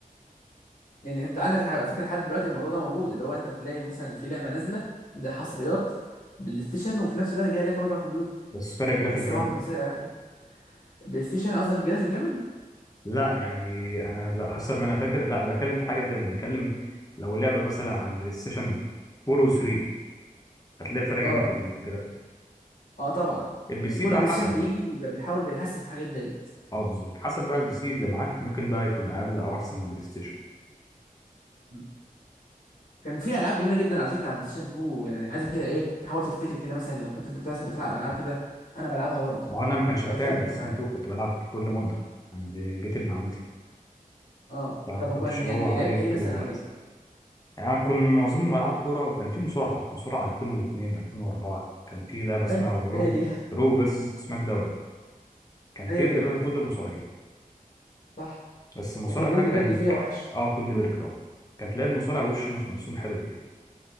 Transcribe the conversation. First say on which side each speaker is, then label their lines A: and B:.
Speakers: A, on the left (about 70°); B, on the left (about 25°).
A: يعني انت عندك على فكره لحد دلوقتي الموضوع ده موجود اللي هو انت تلاقي مثلا في لعبه نازله ده حصريات بلاي ستيشن وفي نفس الوقت جاي لك برضه على الكمبيوتر
B: بس فرق جرافيك
A: بس
B: جامد
A: طبعا بتبقى اغلى بلاي ستيشن قصدك الجرافيك جامد
B: لا يعني انا لا حسب ما انا فاكر لا بتكلم في حاجه ثانيه بتكلم لو لعبه مثلا على البلاي ستيشن 4 و3 هتلاقي فرق
A: اه
B: جامد في الج- في الجرافيك
A: اه طبعا
B: البي سي
A: كل
B: بقى
A: بلاي
B: حسب
A: ستيشن بيجي بيبقى بيحاول بيحسن في الحاجات ديت
B: اه بالظبط حسب بقى البي سي اللي معاك ممكن ده يكون اقل او احسن من البلاي ستيشن
A: م. كان في العاب جميله جدا على فكره على البلاي ستيشن 2 يعني عايزك كده ايه تحاول تفتكر كده مثلا لو كنت انت مثلا بتلعب العاب كده انا بلعبها برضه
B: ما هو انا ما كانش
A: لو
B: بتاعي
A: تفتكر
B: بلاي
A: كان
B: ستيشن
A: معايا
B: 2 كنت بلعب كل مده عند بيت ابن عمتي
A: اه
B: يعني
A: طب
B: ما كنتش
A: كان
B: اللي
A: يعني
B: هو عليه
A: لعبت ايه مثلا
B: طول الوقت
A: عليه
B: يعني أنا كنت معظم ألعاب كورة وكان في مصارعة مصارعة 2002 2004 كان في لعبة اسمها
A: ايوه
B: رو
A: هي دي
B: رو فيرسز سماك داون كان
A: <laughs> هي
B: فيها
A: ديت
B: تقريبا كل المصارعين
A: صح
B: بس المصارع
A: وكان جولد
B: بقى كان
A: بيرج فيها وحش
B: اه كل بيرك طبعا كان تلاقي المصارع وشه مش مرسوم حلو فيها